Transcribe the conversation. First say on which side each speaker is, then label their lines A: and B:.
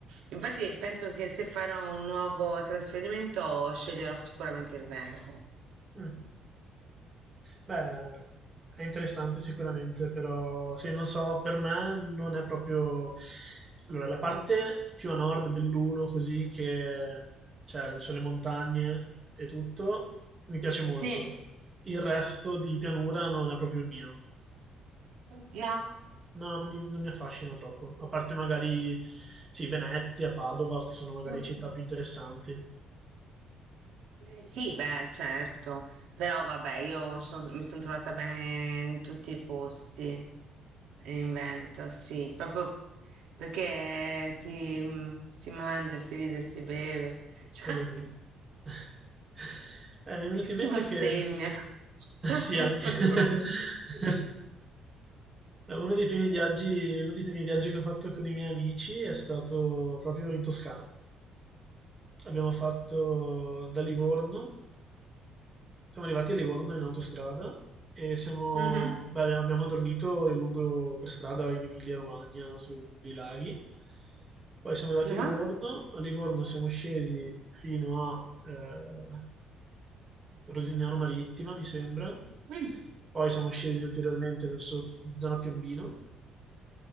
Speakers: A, on the right (about 70°); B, on the right (about 20°).
A: Infatti penso che se farò un nuovo trasferimento sceglierò sicuramente il Veneto.
B: mm. Beh, è interessante sicuramente, però sì, non so, per me non è proprio... Allora, la parte più a nord, Belluno, così che c'è c'è le montagne e tutto, mi piace molto.
A: Sì,
B: Il resto di pianura non è proprio il mio.
A: no.
B: No, non mi, non mi affascina troppo. A parte magari, sì, Venezia, Padova, che sono magari
A: Mm,
B: città
A: mm.
B: più interessanti.
A: Sì, beh, certo, però vabbè, io son- mi sono trovata bene in tutti i posti in Veneto, sì, proprio perché si, mm, si mangia, si ride, si beve, <laughs> cioè,
B: Quello sì. <laughs> Eh, mi è venuto in mente
A: si bestemmia.
B: che...
A: <laughs>
B: Sì, anche. <laughs> Uno dei primi viaggi, uno dei primi viaggi che ho fatto con i miei amici è stato proprio in Toscana. Abbiamo fatto da Livorno, siamo arrivati a Livorno in autostrada e siamo,
A: Mhm,
B: beh, abbiamo abbiamo dormito lungo per strada in Emilia-Romagna su dei laghi. Poi siamo arrivati
A: mhm,
B: a Livorno, a Livorno siamo scesi fino a, eh, Rosignano Marittima, mi sembra.
A: mhm,
B: Poi siamo scesi ulteriormente verso zona Piombino